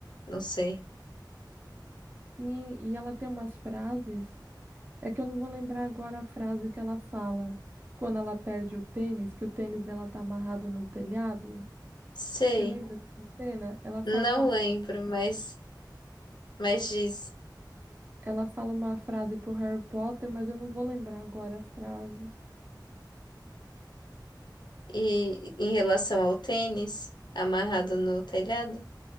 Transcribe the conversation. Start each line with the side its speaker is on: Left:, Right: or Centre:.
Left: não sei.
Right: Sim, e ela tem umas frases, é que eu não vou lembrar agora a frase que ela fala quando ela perde o tênis, que o tênis dela tá amarrado no telhado.
Left: Sei.
Right: Você lembra dessa cena? Ela fala
Left: Não
Right: uma, fra-
Left: lembro, mas, mas diz.
Right: ela fala uma frase pro Harry Potter, mas eu não vou lembrar agora a frase.
Left: E em relação ao tênis amarrado no telhado?